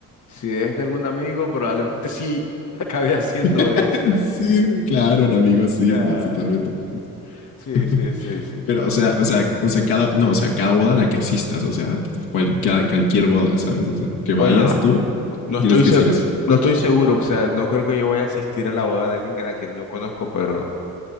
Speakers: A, on the left; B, on the left.
A: Si es de algún amigo, probablemente <laughs> sí acabe haciendo
B: <laughs>
A: eso. O
B: sí, claro, amigo, sí,
A: sea,
B: pues totalmente.
A: sí,
B: <laughs>
A: sí, sí, sí.
B: Pero, o sea, o sea, o sea, cada, no, o sea, cada boda a la que asistas, o sea, cual, cada- cualquier boda, ¿sabes? O sea, que
A: Bueno,
B: vayas tú,
A: no estoy
B: tienes que
A: se-
B: decir eso.
A: no estoy seguro, o sea, no creo que yo vaya a asistir a la boda de alguien a quien no conozco, pero